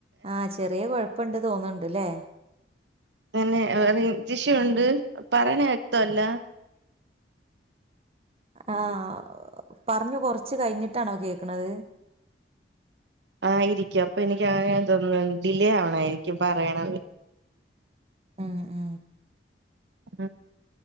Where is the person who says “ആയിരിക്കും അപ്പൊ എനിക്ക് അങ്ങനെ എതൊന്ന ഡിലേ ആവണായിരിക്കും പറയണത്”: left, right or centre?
Right